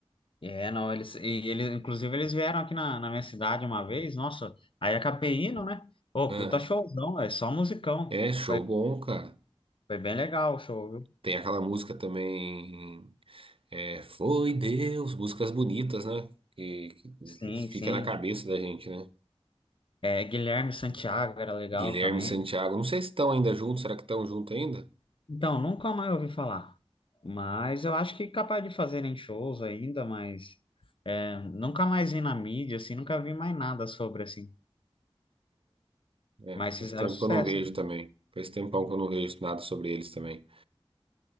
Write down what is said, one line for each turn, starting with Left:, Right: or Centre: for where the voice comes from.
Left: É, não, eles, e ele, inclusive eles vieram aqui na, na minha cidade uma vez, nossa, aí acabei indo, né? Pô,
Right: Ah,
Left: puta showzão, é só musicão.
Right: é show
Left: Foi,
Right: bom, cara.
Left: foi bem legal o show, viu?
Right: Tem aquela música também, é, Foi Deus, músicas bonitas, né? Que, que-
Left: Sim,
Right: que fica
Left: sim.
Right: na cabeça da gente, né?
Left: É, Guilherme Santiago era legal
Right: Guilherme
Left: também.
Right: e Santiago, não sei se estão ainda juntos, será que estão juntos ainda?
Left: Então, nunca mais ouvi falar. Mas eu acho que capaz de fazerem shows ainda, mas é, nunca mais vi na mídia, assim, nunca vi mais nada sobre, assim.
Right: É,
Left: Mas
Right: faz
Left: fizeram
Right: tempo
Left: sucesso.
Right: que eu não vejo
Left: né?
Right: também. Faz tempão que eu não vejo nada sobre eles também.